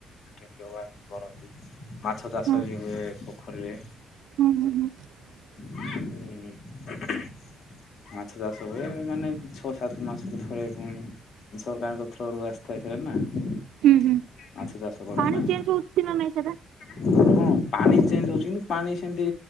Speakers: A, on the left (about 60°); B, on the right (about 80°).
A: ବ୍ୟବହାର କରନ୍ତି ମାଛ ଚାଷ
B: ହଁ
A: ବି ହୁଏ ପୋଖରୀରେ।
B: ହୁଁ <inaudible>
A: ହୁଁ ହୁଁ ମାଛ ଚାଷ ହୁଏ ମାନେ ଛଅ ସାତ ମାସକୁ ଥରେ ପୁଣି ସରକାରଙ୍କ ଥ୍ରୋରୁ ଆସିଥାଏ ସେଇଟା ନା। ମାଛ
B: ହୁଁ ହୁଁ
A: ଚାଷ କରିବା
B: ପାଣି
A: ପାଇଁ
B: ଚେଞ୍ଜ ହଉଛି ନା ନହିଁ ସେଟା?
A: ହଁ ପାଣି ଚେଞ୍ଜ ହଉଛି କିନ୍ତୁ ପାଣି ସେମିତି